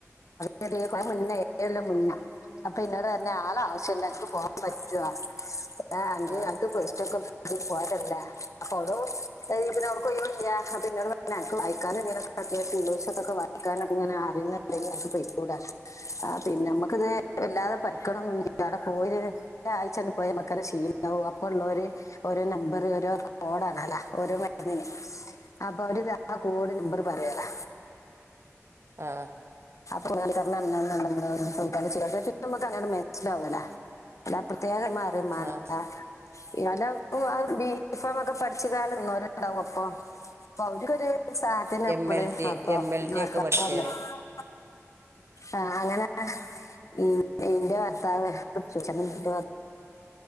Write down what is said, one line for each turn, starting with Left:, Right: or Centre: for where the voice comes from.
Left: ചടിയ <unintelligible> മുന്നല്ല <unintelligible> മുന്ന <unintelligible> അപ്പൊ ഇന്നോട് പറഞ്ഞു ആളെ ആവശ്യൊണ്ട് എനക്ക് പോവാൻ പറ്റുവോ അഞ് <unintelligible>
Right: ആഹ്
Left: അനക്ക് പേസ്റ്റൊക്കെ പോട്ടില്ലേ <unintelligible> അപ്പൊ അന്നെവിടെ <unintelligible> പിന്നോട് വായിക്കാനും നിക്ക ദശസത്തൊക്കെ <unintelligible> അപ്പൊ ഇന്നോട് പറഞ്ഞു അനക്ക് വായിക്കാനെന്തേലൊക്കെ ഞൻ <unintelligible> അറുന്നുണ്ടെക്ക് പോയി <unintelligible> ട ആ പിന്നെ നമ്മുക്കിത് ഇല്ലാതെ പഠിക്കണൊന്നൊന്നുവില്ല അവിടെ പോയി ഒരാഴ്ച തന്നെ പോയാ നമക്കത് ശീലാകും അപ്പൊ ഉള്ളോര് ഓരോ നമ്പര് ഓരോ കോഡാണ് അല്ല ഓരോ മരുന്നിന് അപ്പൊ അവരത് ആ കോട് നമ്പര് പറയാലോ
Right: ആഹ്
Left: കുൽണം <unintelligible> നമ്മക്കങ്ങനെ മനസിലാവൂല്ല അല്ലാതെ പ്രത്യേക ആരേം വേണ്ട
Right: ആഹ്
Left: അല്ലെ <unintelligible> ബി ഫാമൊക്കെ പഠിച്ചു കാണുന്നരുണ്ടാവും <unintelligible> അപ്പൊ അപ്പ അവർക്കൊരു സാ നമ്മള്
Right: എം എൽ ടി
Left: അപ്പപ്പ
Right: എം എൽ
Left: <unintelligible>
Right: ടി ഒക്കെ പഠിച്ചേര്
Left: ആ അങ്ങനെ ഇ ഇന്റെ ഭർത്താവ് <unintelligible>